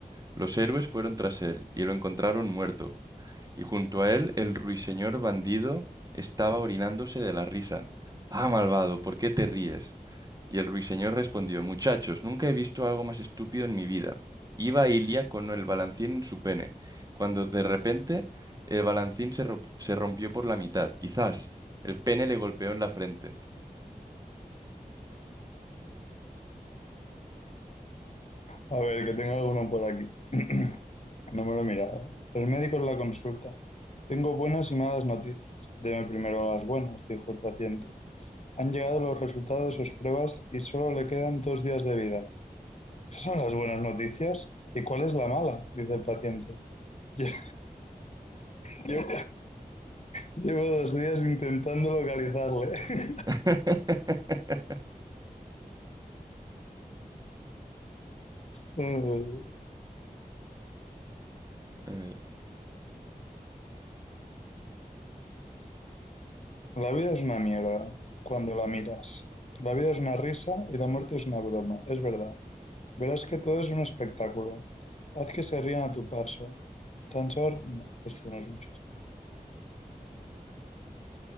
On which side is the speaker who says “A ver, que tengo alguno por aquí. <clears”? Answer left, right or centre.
Left